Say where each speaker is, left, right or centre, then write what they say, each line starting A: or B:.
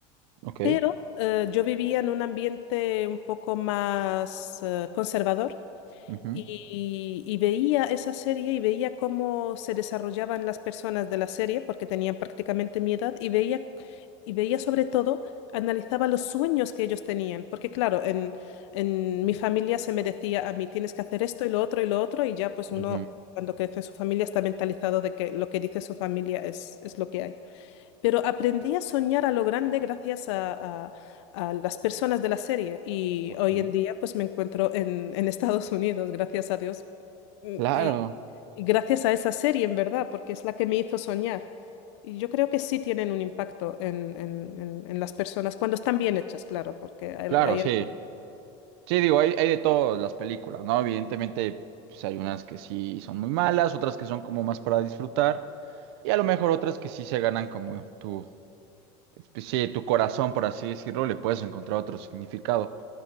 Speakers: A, on the right (about 60°); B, on the left (about 80°).
A: Ok.
B: Pero eh, yo vivía en un ambiente un poco más eh, conservador.
A: Ujú,
B: Y, y veía esa serie y veía cómo se desarrollaban las personas de la serie, porque tenían prácticamente mi edad, y veía, y veía sobre todo, analizaba los sueños que ellos tenían, porque claro, en, en mi familia se me decía a mí, tienes que hacer esto y lo otro y lo otro, y ya pues
A: ujú,
B: uno cuando crece en su familia está mentalizado de que lo que dice su familia es, es lo que hay. Pero aprendí a soñar a lo grande gracias a, a- a las personas de la serie y
A: ok.
B: hoy en día pues me encuentro en, en <laughs> Estados Unidos, gracias a Dios. Mm,
A: Claro,
B: Y, y gracias a esa serie, en verdad, porque es la que me hizo soñar. Y yo creo que sí tienen un impacto en, en- en- en las personas, cuando están bien hechas, claro, porque hay,
A: claro, sí.
B: hay-
A: Sí, digo, hay, hay de todas las películas, ¿no? Evidentemente, pues hay unas que sí son muy malas, otras que son como más para disfrutar, y a lo mejor otras que sí se ganan como tu, pues, sí, tu corazón, por así decirlo, le puedes encontrar otro significado.